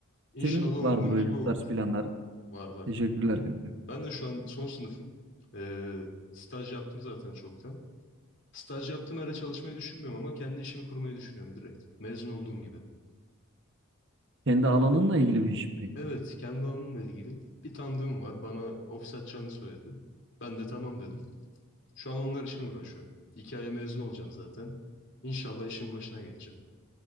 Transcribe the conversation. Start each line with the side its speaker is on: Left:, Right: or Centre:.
Left: İnşallah
Right: Senin var
Left: umduğun
Right: mı böyle
Left: gibi olur.
Right: bu tarz planları?
Left: Var var.
Right: Teşekkürler kanka.
Left: Ben de şu an son sınıfım. Ee, staj yaptım zaten çoktan. Staj yaptığım yerde çalışmayı düşünmüyorum ama kendi işimi kurmayı düşünüyorum direkt. Mezun olduğum gibi.
Right: Kendi alanınla ilgili bir iş mi peki?
Left: Evet, kendi alanımla ilgili bir tanıdığım var. Bana ofis açacağını söyledi. Ben de tamam dedim. Şu an onlar için uğraşıyorum. İki aya mezun olacağım zaten. İnşallah işin başına geçeceğim.